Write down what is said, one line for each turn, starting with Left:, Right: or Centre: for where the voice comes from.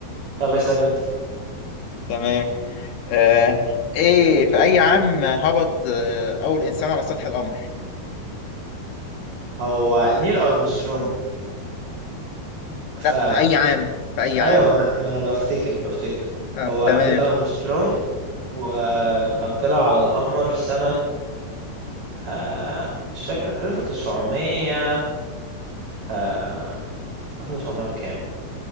Right: طب اسأل انت
Left: تمام آه ايه في اي عام هبط آه اول انسان على سطح القمر
Right: هو نيل ارمسترونج ف
Left: لا في اي عام في اي عام
Right: ايوه ما انا ما أنا بفتكر بفتكر
Left: آه
Right: هو
Left: تمام
Right: نيل ارمسترونج وكان طلع على القمر في سنة آه، مش فاكر 1900 آه، 1900 وكام